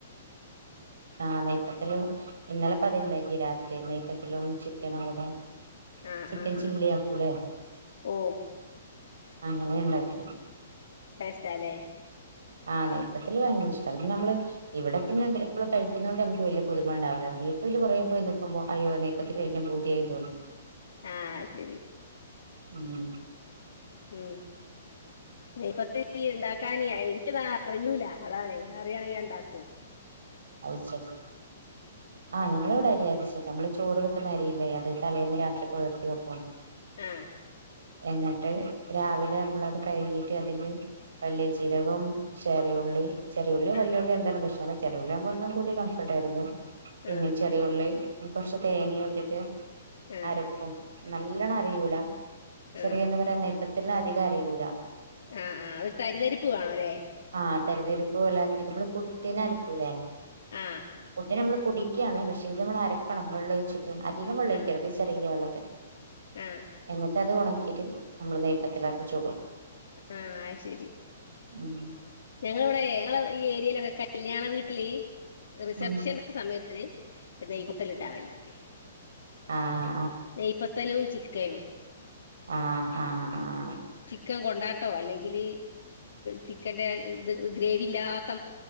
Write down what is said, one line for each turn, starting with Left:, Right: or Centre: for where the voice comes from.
Right: ആഹ നെയ്പത്തിരി ഇന്നലെ പതിുണ്ടായി എനിക്ക് രാത്രി നെയ്പത്തിരി ചിക്കനും ആവട്ടെ
Left: ആഹ്
Right: ചിക്കൻ
Left: ആഹ്
Right: ചില്ലി
Left: ആഹ്
Right: ആകുലെ
Left: ഓ
Right: അങ്ങനെ ഉണ്ടാക്കി
Left: സ്റ്റ് അല്ലേ
Right: ആഹ് നെയ്പത്തിരി ഭയങ്ക ഇഷ്ടമാണ് പിന്നെ നമ്മള് ഇവിടെ പിന്നെ എപ്പോഴും കഴിക്കുന്ന കൊണ്ട് നമുക്ക് വലിയ പുൊതുമമ ഉണ്ടാവില്ല വീട്ടില് കുറെേ പോയി നൽക്കുമ്പോ അയ്യോ നെയ്പത്തിരി കഴിക്കാൻ പൂതിയായി തോനും
Left: ആഹ് ശരി
Right: ഉം
Left: ഉം നീപ്പത്തി ഉണ്ടാക്കാന എനിക്കതാ അറിയൂല അതാണ് അറിയാമെങ്കിൽ ഉണ്ടാക്കു
Right: അ ശരി ആഹ് ഞമ്മള് ഇവിടെ അരി അരച്ചിട്ട് നമ്മള് ചോറ് വെക്കുന്ന അരിയില്ലേ അത് തലേൽന്ന് രാത്രി പുതിർത്തി വെപ്പും
Left: ആഹ
Right: എന്നിട്ട് രാവിലെ നമ്മളത് കഴുകിട്ട് അതിൽ വല്ലചീരകവും ചെറിയുള്ളി ചെറിയുള്ളിയോ
Left: ആഹ്
Right: വലിയുള്ളിയോ എന്താല പ്രശ് <unintelligible> <unintelligible> ഒനും കൂടി കംഫർട്ട് ആയിരിക്കും പിന്നെ
Left: ആഹ്
Right: ചെറിയുള്ളി കുറച്ച് തേങ്ങയും ഇട്ടിട്ട്
Left: ആഹ്
Right: അരക്കും നല്ലോണം
Left: ആഹ്
Right: അരയൂല ചെറിയ
Left: ആഹ്
Right: എന്താ പറയാ ത്തിൽ അധികം അരയൂല
Left: ആഹ ആ് ഒരു തരിതരിപ്പ് കാണൂലെ
Right: ആ തരിതിരിപ്പ് പോലെ ആക്കി നമ്മള് പുട്ടിന് ല്ലെ
Left: ആഹ്
Right: പുട്ടിന് നമ്മള് പോടിക്കുവാണ് പക്ഷെ ഇത് നമ്മൾ അരക്കണം വെള്ളം ഒഴിച്ച് അധികം വെള്ളഴിക്കരുത്
Left: ആഹ്
Right: ചെറിയ വെള്ളത്തില്
Left: ആഹ്
Right: എന്നിട്ട് അത് ഉണ <unintelligible> നമ്മള് നെയപ്പത്തിലാക്കി ചൂടും
Left: ആഹ് ശരി
Right: ഉം
Left: ഞങ്ങളിവിടെ ഞങ്ങള് ഈ ഏരിയയിലൊക്കെ കല്യാണ വീട്ടില് റിസപ്ഷന്റെന്റെ
Right: ഉം
Left: സമയത്ത് <unintelligible> <unintelligible>
Right: ആഹ്
Left: <unintelligible>
Right: ആഹ ആഹ് ആഹ്
Left: ചിക്കൻ കൊണ്ടാട്ടോ അല്ലെങ്കിൽ ചിക്കന്റെ ഗ്രേവില്ലാത്ത